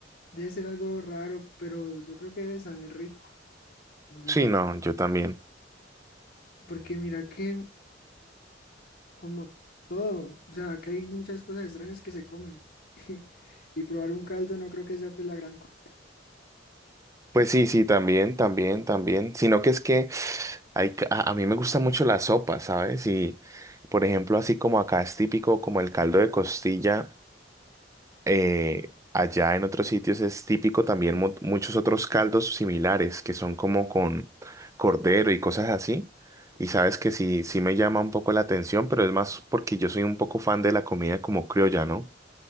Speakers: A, on the left; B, on the right.
A: Debe ser algo raro, pero yo creo que debe saber rico, no sé.
B: Sí, no, yo también.
A: Porque mira que, como todo, o sea, que hay muchas cosas extrañas que se comen. <laughs> Y probar un caldo no creo que sea pues la gran cosa.
B: Pues sí, sí, también, también, también, sino que es que hay, ca- a, a mí me gusta mucho la sopa, ¿sabes? Y, por ejemplo, así como acá es típico como el caldo de costilla. eh, allá en otros sitios es típico también mu- muchos otros caldos similares que son como con cordero y cosas así. Y sabes que sí, sí me llama un poco la atención, pero es más porque yo soy un poco fan de la comida como criolla, ¿no?